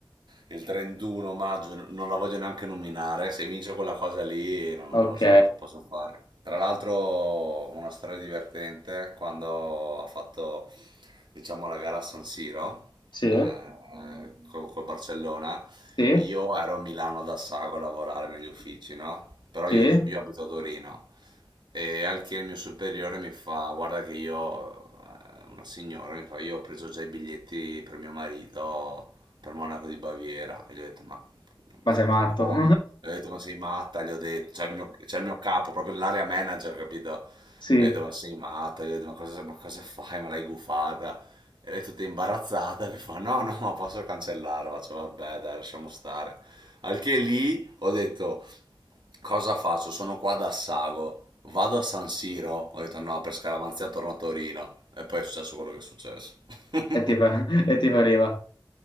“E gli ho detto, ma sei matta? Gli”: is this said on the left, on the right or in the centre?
Right